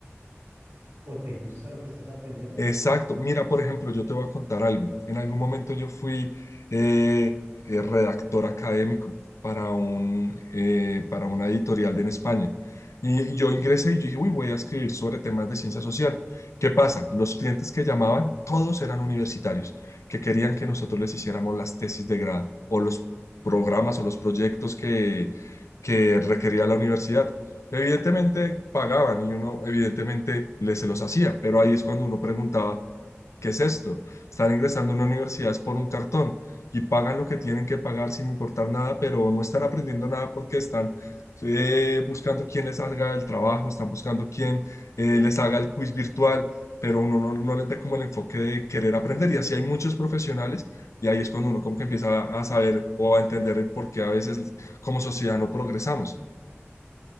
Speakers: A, on the right (about 80°); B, on the left (about 85°).
A: ¿O te gusta lo que estás aprendiendo?
B: Exacto. Mira, por ejemplo, yo te voy a contar algo. En algún momento yo fui eh, eh, redactor académico para un, eh, para una editorial en España. Y, y yo ingresé y yo dije, uy, voy a escribir sobre temas de ciencia social. ¿Qué pasa? Los clientes que llamaban, todos eran universitarios, que querían que nosotros les hiciéramos las tesis de grado o los programas o los proyectos que, que requería la universidad. Evidentemente pagaban y uno evidentemente les se los hacía, pero ahí es cuando uno preguntaba, ¿qué es esto? Están ingresando a una universidad es por un cartón y pagan lo que tienen que pagar sin importar nada, pero no están aprendiendo nada porque están eh, buscando quién les haga el trabajo, están buscando quién eh, les haga el quiz virtual, pero uno no, no les ve como el enfoque de querer aprender y así hay muchos profesionales y ahí es cuando uno como que empieza a, a saber o a entender el por qué a veces como sociedad no progresamos.